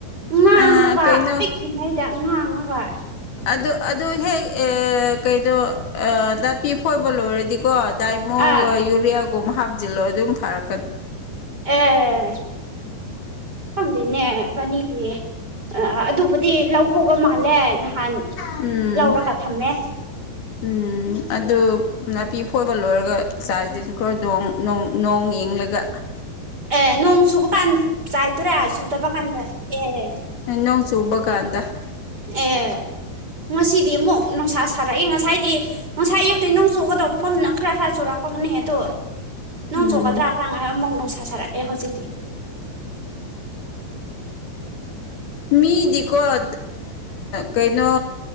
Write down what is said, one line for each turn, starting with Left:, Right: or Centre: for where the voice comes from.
Right: ꯉꯥꯡꯉꯒ
Left: ꯑ ꯀꯩꯅꯣ
Right: ꯄꯤꯛꯂꯤꯉꯩꯗ ꯎ ꯉꯥꯡꯉꯔꯥꯏ
Left: ꯑꯗꯨ ꯑꯗꯨ ꯍꯦꯛ ꯀꯩꯗꯣ ꯅꯥꯄꯤ ꯐ ꯂꯣ ꯔꯗꯤ ꯀꯣ ꯗꯥꯏꯃꯣ
Right: ꯑꯥ
Left: ꯌꯨꯔꯤꯌꯥꯒꯨꯨꯝ ꯍꯥꯥꯗꯂꯣ ꯑꯗꯨꯝ ꯐꯔ
Right: ꯑꯦ ꯈꯪꯗꯦꯅꯦ ꯏꯕꯥꯅꯤꯗꯤ ꯑ ꯑꯗꯨꯕꯨꯗꯤ ꯂꯧ ꯍꯧꯕ ꯃꯥꯜꯂꯦ ꯅꯍꯥꯟ
Left: ꯎꯝ
Right: ꯂꯧꯔꯒ ꯊꯝꯃꯦ
Left: ꯎꯝ ꯑꯗꯨ ꯅꯥꯄꯤ ꯐꯣꯏꯕ ꯂꯣꯏꯔꯒ ꯆꯥꯏꯁꯤꯟ ꯈꯔꯣ ꯅꯣꯡ ꯅꯣꯡ ꯌꯦꯡꯂꯒ
Right: ꯑꯦ ꯅꯣꯡ ꯁꯨꯕ ꯀꯥꯟ ꯆꯥꯏꯇꯣꯔꯦ ꯁꯨꯗꯕ ꯀꯥꯟꯗ ꯑꯦ
Left: ꯏ ꯅꯣꯡ ꯆꯨꯕ ꯀꯥꯟꯗ
Right: ꯑꯦ ꯉꯁꯤꯗꯤ ꯑꯃꯨꯛ ꯅꯨꯡꯁꯥ ꯁꯥꯔꯛꯑꯦ ꯉꯁꯥꯏꯗꯤ ꯉꯁꯥꯏ ꯑꯌꯨꯛꯇ ꯅꯣꯡ ꯆꯨꯒꯗꯧꯕ ꯈꯣꯝꯗꯅ ꯈꯔ ꯈꯔ ꯆꯨꯔꯛꯄꯒꯅꯤ ꯅꯦ ꯑꯗꯣ ꯅꯣꯡ
Left: ꯎꯝ
Right: ꯆꯣꯛꯀꯗ꯭ꯔꯥ ꯈꯔꯥꯉꯥꯏ ꯑꯃꯨꯛ ꯅꯨꯡꯁ ꯁꯥꯔꯛꯑꯦ ꯍꯧꯖꯤꯛꯇꯤ
Left: ꯃꯤꯗꯤꯀꯣ ꯑ ꯀꯩꯅꯩꯅꯣ